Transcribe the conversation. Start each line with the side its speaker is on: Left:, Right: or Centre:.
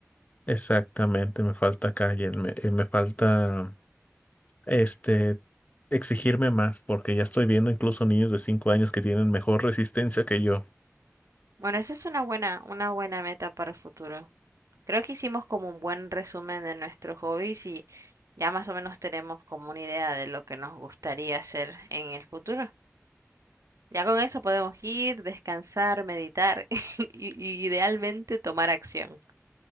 Left: exactamente, me falta calle, me, eh, me falta, este, exigirme más, porque ya estoy viendo incluso niños de 5 años que tienen mejor resistencia que yo.
Right: Bueno, esa es una buena, una buena meta para el futuro. Creo que hicimos como un buen resumen de nuestros hobbies y ya más o menos tenemos como una idea de lo que nos gustaría hacer en el futuro. Ya con eso podemos ir, descansar, meditar <laughs> y, y idealmente tomar acción.